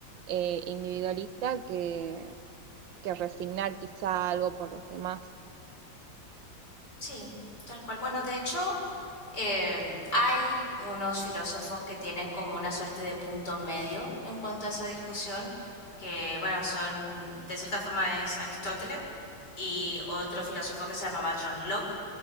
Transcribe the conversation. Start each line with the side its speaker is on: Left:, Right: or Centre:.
Right: eh, individualista, que, que resignar quizá algo por los demás.
Left: Sí, tal cual. Bueno, de hecho, eh, hay unos filósofos que tienen como una suerte de punto medio en cuanto a esa discusión, que bueno, son, de cierta forma es Aristóteles y otro filósofo que se llamaba John Locke.